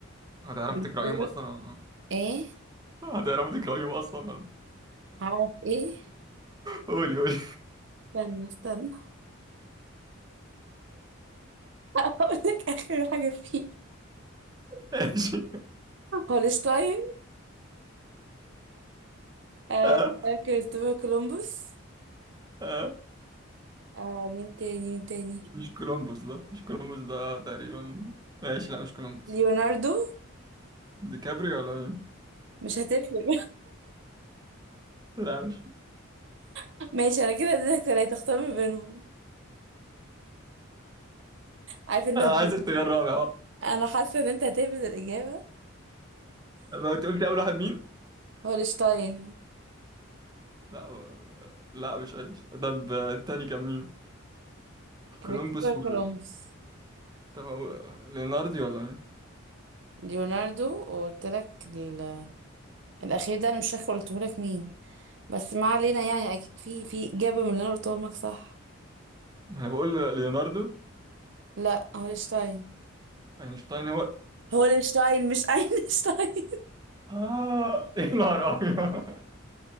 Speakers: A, on the right (about 20°); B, on the right (about 60°).
A: هتعرفي
B: بنقول
A: تقرأيهم أصلا ولا
B: ايه
A: هتعرفي تقرأيهم أصلا ولا
B: عارف ايه
A: قولي قولي
B: استنى استنى هقول لك اخر حاجه فيه
A: <laughs> ماشي
B: هولشتاين آه
A: آه،
B: كريستوفر كولومبوس
A: آه.
B: آه مين تاني مين تاني
A: مش كولومبوس ده مش كولومبوس ده تقريبا ماشي لا مش كولومبوس
B: ليوناردو
A: ديكابري ولا مين
B: مش هتفرق
A: لا مش
B: <laughs> ماشي انا كده اديتك ثلاثه اختار ما بينهم عارف ان
A: أنا
B: انت
A: عايز اختيار رابع بقى
B: انا حاسه ان انت هتهبد الاجابه
A: ما أنت قلت أول واحد مين
B: هولشتاين
A: لا ب- لا مش عايز طب آه، التاني كان مين
B: كريستوفر
A: كولومبوس
B: كولومبوس
A: وال طب أقول- ليوناردو ولا مين
B: ليوناردو وقلت لك ال... الاخير ده انا مش فاكره قلته لك مين بس ما علينا يعني اكيد في في اجابه من اللي انا قلتهم لك صح
A: ما أنا بقول ليوناردو
B: لا هولشتاين
A: أينشتاين هو
B: هولشتاين مش <laughs> اينشتاين
A: آه يا نهار أبيض